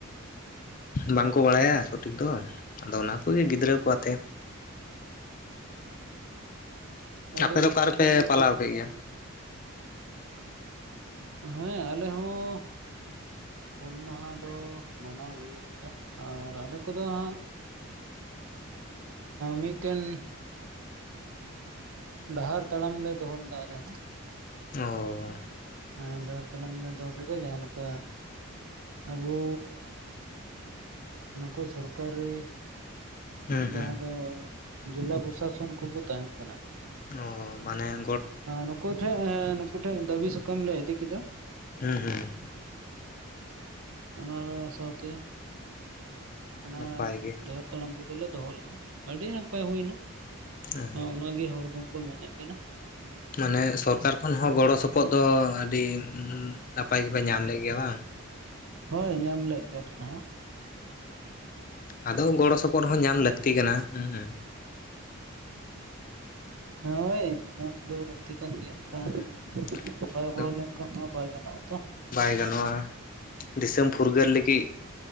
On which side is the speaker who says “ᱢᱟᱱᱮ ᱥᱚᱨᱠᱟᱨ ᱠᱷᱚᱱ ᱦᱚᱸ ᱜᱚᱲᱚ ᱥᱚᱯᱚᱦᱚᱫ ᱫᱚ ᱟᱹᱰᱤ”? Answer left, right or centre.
Left